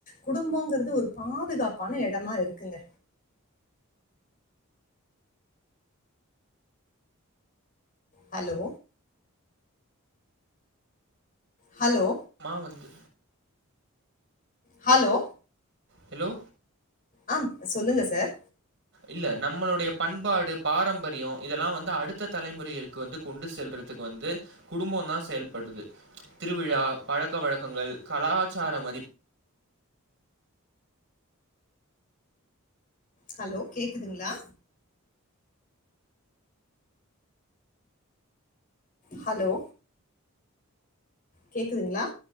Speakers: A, on the left; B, on the right.
A: குடும்பங்கிறது ஒரு பாதுகாப்பான இடமா இருக்குங்க ஹலோ ஹலோ
B: மா வந்து
A: ஹலோ
B: ஹலோ
A: ஆம் சொல்லுங்க சார்
B: இல்லை நம்மளுடைய பண்பாடு பாரம்பரியம் இதெல்லாம் வந்து அடுத்த தலைமுறைகளுக்கு வந்து கொண்டு செல்றதுக்கு வந்து குடும்பம் தா செயல்படுது திருவிழா பழக்க வழக்கங்கள் கலாச்சார மதிப்
A: ஹலோ கேக்குதுங்களா ஹலோ கேக்குதுங்களா